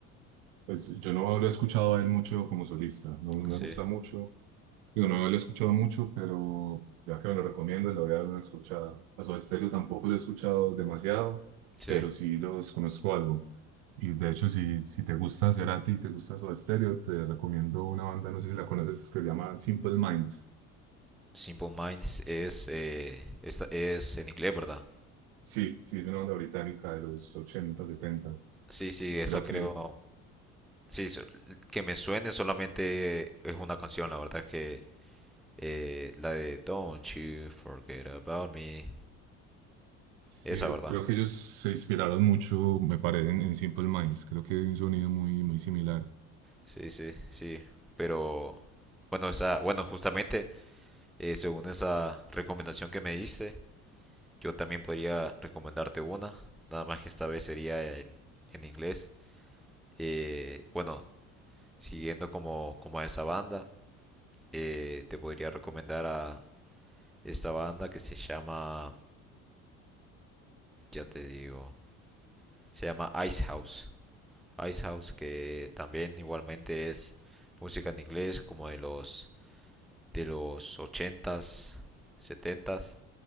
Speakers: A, on the right (about 70°); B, in the centre.
A: Pues yo no lo he escuchado a él mucho como solista, no me
B: Sí,
A: gusta mucho. Digo, no lo he escuchado mucho, pero ya que me lo recomiendo, le voy a dar una escuchada. A Soda Stereo tampoco lo he escuchado demasiado,
B: sí.
A: pero sí los conozco algo. Y de hecho, si, si te gusta Cerati y te gusta Soda Stereo, te recomiendo una banda, no sé si la conoces, que se llama Simple Minds.
B: Simple Minds es, eh, es, es en inglés, ¿verdad?
A: Sí, sí, es una banda británica de los 80 70.
B: Sí, sí, esa
A: Creo
B: creo.
A: que,
B: Sí, so- que me suene solamente es una canción, la verdad que eh, la de Don't You Forget About Me,
A: sí,
B: esa,
A: yo
B: ¿verdad?
A: creo que ellos se inspiraron mucho, me parece, en, en Simple Minds. Creo que hay un sonido muy, muy similar.
B: Sí, sí, sí. Pero bueno, esa, bueno, justamente eh, según esa recomendación que me diste, yo también podría recomendarte una, nada más que esta vez sería en, en inglés. Eh, bueno, siguiendo como, como a esa banda, eh, te podría recomendar a esta banda que se llama, ya te digo, se llama Ice House. Ice House que también igualmente es música en inglés como de los de los ochentas setentas